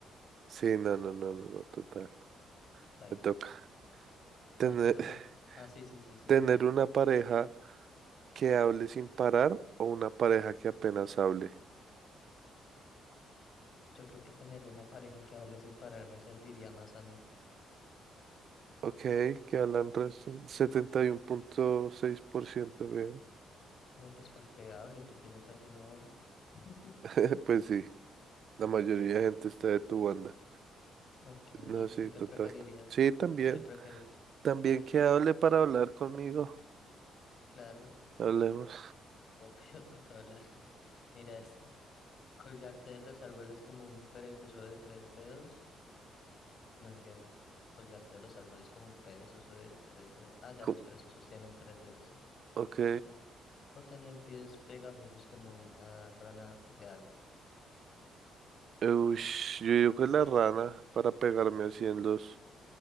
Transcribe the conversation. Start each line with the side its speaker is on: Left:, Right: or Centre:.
Right: Sí, no, no, no, no, no, total.
Left: Baila.
Right: Me toca. Tener,
Left: No, te toca. Ah, sí, sí,
Right: <laughs>
Left: sí, sí,
Right: tener
Left: ok.
Right: una pareja que hable sin parar o una pareja que apenas hable.
Left: Yo creo que tener una pareja que hable sin parar me serviría más a mí.
Right: Ok, que hablan resto, setenta y uno punto seis por ciento bien.
Left: No, pues para que hable, porque yo casi no hablo. <laughs>
Right: <laughs> Pues sí, la mayoría de gente está de tu banda.
Left: Ok,
Right: No, sí,
Left: ¿tú qué
Right: total.
Left: preferirías?
Right: Sí, también.
Left: ¿O qué prefieres?
Right: También
Left: Ok,
Right: que hable para hablar conmigo.
Left: claro,
Right: Hablemos.
Left: obvio <laughs> toca hablar. <laughs> Mira esta. Colgarte de los árboles como un perezoso de tres dedos. No entiendo. Colgarte de los árboles como un perezoso de tres dedos. Ah, ya
Right: Co-
Left: los perezosos tienen tres dedos, sí.
Right: Ok.
Left: O, o tener pies pegajosos como una rana de árbol.
Right: Ush, yo digo que la rana para pegarme así en los,